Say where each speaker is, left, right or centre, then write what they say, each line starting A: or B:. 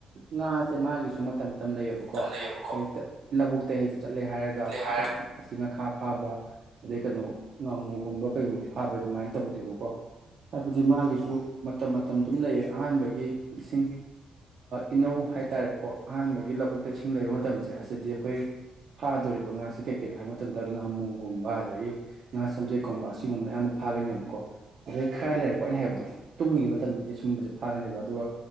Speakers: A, on the right (about 60°); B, on the right (about 85°).
A: ꯉꯥꯁꯦ ꯃꯥꯒꯤꯁꯨ ꯃꯇꯝ ꯇꯝ ꯂꯩꯌꯦꯕꯀꯣ
B: ꯃꯇꯝ ꯂꯩꯌꯦꯕꯀꯣ
A: ꯍꯦꯛꯇ ꯂꯧꯕꯨꯛꯇ ꯍꯦꯛꯇ ꯆꯠꯂꯦ ꯍꯥꯏꯔꯒ
B: ꯂꯩ
A: <unintelligible>
B: ꯍꯥꯏꯔ
A: ꯉꯈꯥ ꯐꯥꯕ ꯑꯗꯩ ꯀꯩꯅꯣ ꯉꯥꯃꯨꯒꯨꯝꯕ ꯀꯩꯒꯨꯝꯕ ꯐꯥꯕ ꯑꯗꯨꯃꯥꯏ ꯇꯧꯗꯦꯕꯀꯣ ꯍꯥꯏꯕꯗꯤ ꯃꯥꯒꯤꯁꯨ ꯃꯇꯝ ꯃꯇꯝ ꯑꯗꯨꯝ ꯂꯩꯌꯦ ꯑꯍꯥꯟꯕꯒꯤ ꯏꯁꯤꯡ ꯏꯅꯧ ꯍꯥꯏꯇꯥꯔꯦꯀꯣ ꯑꯍꯥꯟꯕꯒꯤ ꯂꯧꯕꯨꯛꯇ ꯏꯁꯤꯡ ꯂꯩꯕ ꯃꯇꯝꯁꯦ ꯑꯁꯤꯗꯤ ꯑꯈꯣꯏ ꯐꯗꯣꯔꯤꯕ ꯉꯥꯁꯦ ꯀꯩ ꯀꯩꯅꯣ ꯍꯥꯏꯕ ꯃꯇꯝꯗ ꯉꯥꯃꯨꯒꯨꯝꯕ ꯑꯗꯒꯤ ꯉꯥ ꯁꯝꯖꯦꯠꯀꯨꯝꯕ ꯁꯤꯒꯨꯝꯕꯅꯌꯥꯝ ꯑꯃ ꯐꯥꯒꯅꯦꯕꯀꯣ ꯑꯗꯩ ꯈꯔ ꯂꯩꯔꯛꯄꯩꯅ ꯍꯥꯏꯕꯗꯣ ꯇꯨꯡꯉꯤ ꯃꯇꯝꯗꯗꯤ ꯁꯨꯝꯕꯁꯦ ꯐꯥꯒꯅꯦꯕ ꯑꯗꯨꯒ